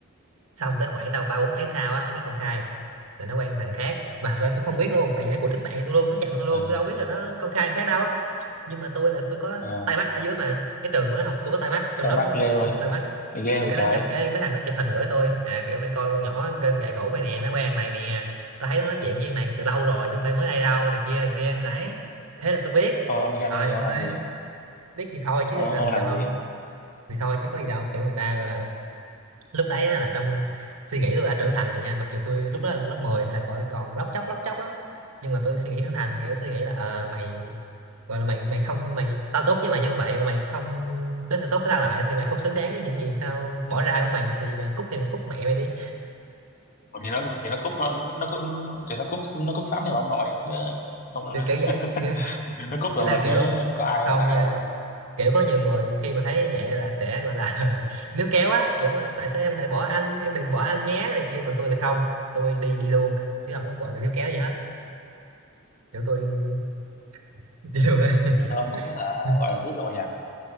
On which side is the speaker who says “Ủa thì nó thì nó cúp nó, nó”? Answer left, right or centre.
Left